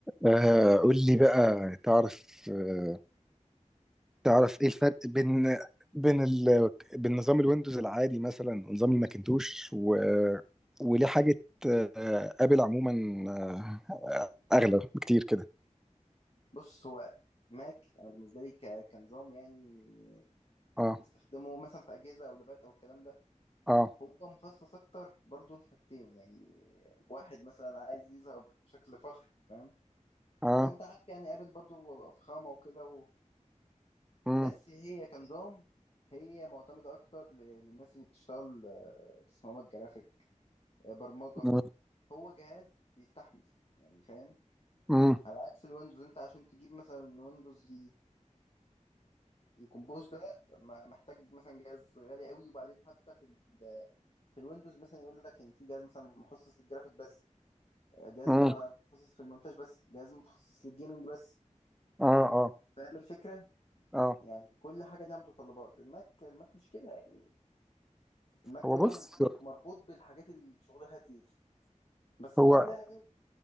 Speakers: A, in the centre; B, on the left (about 50°).
A: آه قول لي بقى تعرف آه تعرف ايه الفرق بين بين ال... بين نظام الويندوز العادي مثلا ونظام الماكنتوش و... وليه حاجة آه ابل عموما آه اغلى بكتير كده
B: بص هو ماك انا بالنسبه لي ك- كنظام يعني
A: اه
B: نستخدمه مثلا في اجهزه او لابات او الكلام ده
A: اه
B: هو مخصص اكتر برضو لحاجتين يعني واحد مثلا عايز يظهر بشكل فخم فاهم
A: اه
B: لان انت عارف يعني ابل برضو فخامه وكده و...
A: امم
B: بس هي كنظام هي معتمده اكتر ل... للناس اللي بتشتغل آه، تصميمات جرافيك آه، برمجه
A: امم
B: هو جهاز بيستحمل يعني فاهم
A: امم
B: على عكس الويندوز انت عشان تجيب مثلا ويندوز الكمبوز ده ما- محتاج مثلا جهاز غالي قوي وبعدين حتى في ال في الويندوز مثلا يقول لك ان في جهاز مثلا مخصص للجرافيك بس آه، جهاز
A: امم
B: متخصص في المونتاج بس جهاز متخصص للجيمنج بس
A: اه اه
B: فاهم الفكرة
A: اه
B: يعني كل حاجة ليها متطلبات الماك الماك مش كده يعني الماك دايما
A: هو بص
B: مربوط بالحاجات اللي شغلها تقيل بس
A: هو
B: طبعا لها عيوب